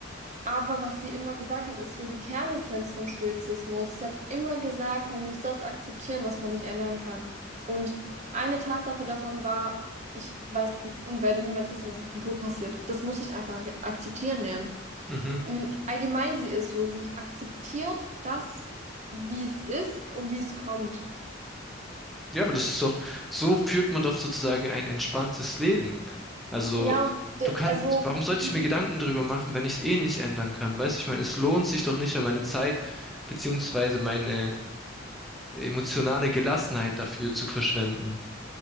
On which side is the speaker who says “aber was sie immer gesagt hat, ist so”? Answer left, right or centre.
Right